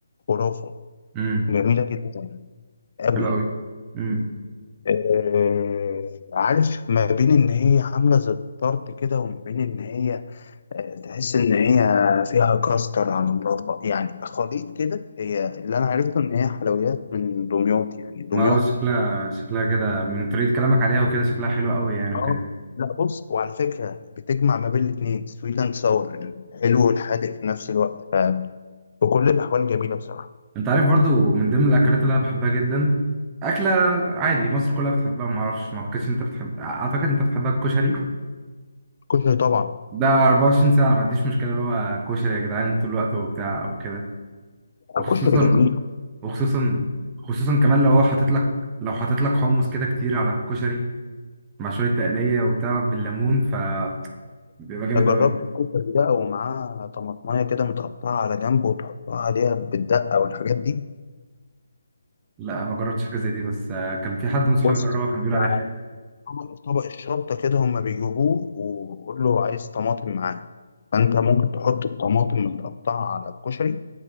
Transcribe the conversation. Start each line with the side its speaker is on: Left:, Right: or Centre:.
Left: خرافه
Right: ده؟
Left: جميله جدا قوي
Right: حلو قوي امم
Left: آه، عارف ما بين ان هي عامله زي الطرد كده وما بين ان هي آه، تحس ان هي فيها كاستر على مربى يعني خليط كده هي اللي انا عرفته ان هي حلويات من دمياط يعني دمياطي
Right: ما هو شكلها
Left: يعني
Right: شكلها كده من طريقة كلامك عليها وكده شكلها حلو قوي يعني وكده
Left: اه لا بص وعلى فكره بتجمع ما بين الاثنين سويت اند ساور الحلو والحادق في نفس الوقت فبكل الاحوال جميله بصراحه
Right: انت عارف برضو من ضمن الاكلات اللي انا بحبها جدا اكلة عادي مصر كلها بتحبها ما اعرفش ما اعتقدش انت بتحب اعتقد انت بتحبها الكشري
Left: كشري طبعا
Right: ده 24 ساعة انا ما عنديش مشكلة اللي هو كشري يا جدعان طول الوقت وبتاع وكده وخصوصا
Left: كشري جميل
Right: وخصوصا خصوصا كمان لو هو حاطط لك لو حاطط لك حمص كده كتير على الكشري مع شوية تقلية وبتاع بالليمون فبيبقى جامد
Left: ده جربت
Right: قوي
Left: الكشري بقى ومعاه طماطمايه كده متقطعه على جنب وتحطها عليها بالدقه والحاجات دي
Right: لا ما جربتش حاجه زي دي بس آه، كان في حد من صحابي
Left: بص
Right: جربها كان بيقول
Left: يعني
Right: عليها حلو
Left: طبق طبق الشطه كده هما بيجيبوه وقول له عايز طماطم معاه فانت ممكن تحط الطماطم متقطعه على الكشري